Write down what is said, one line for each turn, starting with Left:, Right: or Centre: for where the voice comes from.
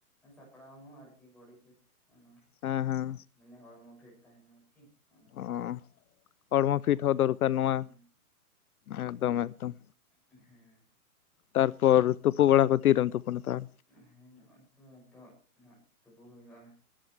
Centre: ᱥᱟᱯᱲᱟᱣ ᱦᱚᱸ ᱟᱨᱠᱤ ᱵᱚᱰᱤ ᱯᱷᱤᱴ ᱚᱱᱟ
Left: ᱦᱮᱸ ᱦᱮᱸ
Centre: ᱢᱟᱱᱮ ᱦᱚᱲᱢᱚ ᱯᱷᱤᱴ ᱛᱟᱦᱮᱸᱱᱟ ᱟᱨᱠᱤ᱾
Left: ᱚ
Centre: ᱠᱚ
Left: ᱦᱚᱲᱢᱚ ᱯᱷᱤᱴ
Centre: ᱦᱮᱸ
Left: ᱦᱚᱸ ᱫᱚᱨᱠᱟᱨ ᱱᱚᱣᱟ
Centre: ᱦᱮᱸ
Left: ᱮᱠᱫᱚᱢ ᱮᱠᱫᱚᱢ᱾
Centre: ᱦᱮᱸ᱾
Left: ᱛᱟᱨᱯᱚᱨ ᱛᱩᱯᱩ ᱵᱟᱲᱟ ᱠᱚ ᱛᱤᱨᱮᱢ ᱛᱩᱯᱩᱱᱟ ᱛᱟᱨ?
Centre: ᱦᱮᱸ ᱱᱚᱜᱼᱚᱭ ᱛᱚ ᱱᱤᱛᱚᱜ ᱱᱟᱸᱜ ᱛᱩᱯᱩ ᱦᱩᱭᱩᱜᱼᱟ᱾